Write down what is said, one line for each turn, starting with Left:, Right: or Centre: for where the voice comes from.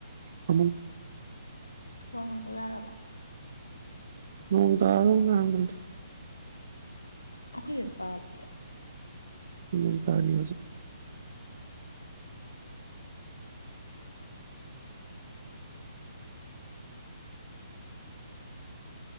Right: ꯐꯃꯨꯡ
Left: ꯋꯥ ꯉꯥꯡꯕ ꯌꯥꯔꯕꯣ
Right: ꯅꯣꯡ ꯇꯥꯕꯗꯨꯝ ꯉꯥꯡꯕꯅꯤꯗ
Left: ꯑꯩꯈꯣꯏꯗ ꯆꯥꯗꯦ
Right: ꯅꯣꯡꯇꯅꯤ ꯍꯧꯖꯤꯛ
Left: <inaudible>